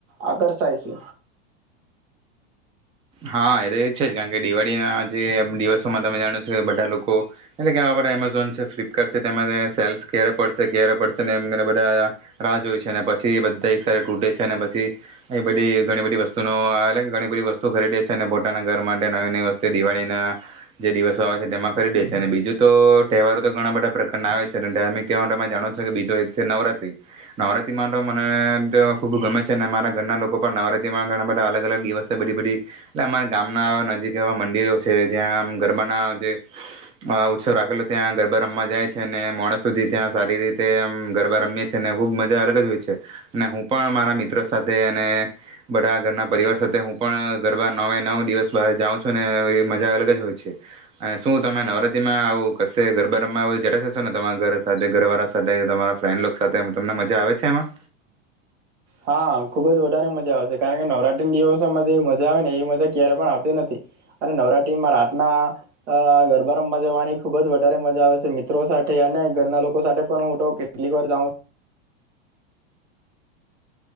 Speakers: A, on the right; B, on the right.
A: આકર્ષાય સે.
B: હા એ તો એ જ છે, કાણ કે દિવાળીના જે દિવસોમાં તમે જાણો છો કે બઢા લોકો એટલે કે આ બઢા એમેઝોન છે, ફ્લિપકાર્ટ છે તેમાં <unintelligible> સેલ્સ ક્યારે પડશે ક્યારે પડશે ને એમ બધા રાહ જોય છે‌ નેપછી એ બધા એક સાથે તૂટે છે અને પછી એ બધી ઘણી બધી વસ્તુનો <unintelligible> ઘણી બધી વસ્તુ ખરીદે છે અને પોતાના ઘર માટે નવી નવી વસ્તે દિવાળીના જે દિવસો આવે છે, તેમાં ખરીદે છે અને બીજું તો તહેવારો તો ઘણા બધા પ્રકારના આવે છે અને ધાર્મિક તહેવારોમાં તમે જાણો છો કે બીજો એક છે નવરાત્રી, નવરાત્રીમાં તો મને ખૂબ ગમે છે અને અમારા ઘરના લોકો પણ નવરાત્રીમાં ઘણા બધા અલગ અલગ દિવસે બધી બધી એટલે અમારા ગામના નજીક એવા મંદિરો છે, ત્યાં આમ ગરબાના જે ઉત્સવ રાખેલો, ત્યાં ગરબા રમવા જાય છે ને મોડે સુધી ત્યાં સારી રીતે આમ ગરબા રમીએ છે ને ખુબ મજા અલગ જ હોય છે અને હું પણ મારા મિત્રો સાથે અને બઢા ઘરના પરિવાર સાથે હું પણ ગરબા નવે નવ દિવસ બહાર જાઉં છું ને એવી મજા અલગ જ હોય છે અને શું તમે નવરાત્રીમાં આવું કશે ગરબા રમવા <unintelligible> જટ જશો ને તમારા ઘર સાથે ઘરવાળા સાથે તમારા ફ્રેન્ડ લોક સાથે તમને મજા આવે છે એમાં?
A: હા ખુબ જ વધારે મજા આવે છે કારણ કે નવરાત્રી ના દિવસોમાં જે મજા આવે ને એવી મજા ક્યારે પણ આવતી નથી અને નવરાત્રીમાં રાતના ગરબા રમવા જવાની ખુબ જ વધારે મજા આવે છે. મિત્રો સાથે અને ઘરના લોકો સાથે પણ હું તો કેટલીક વાર જાઉં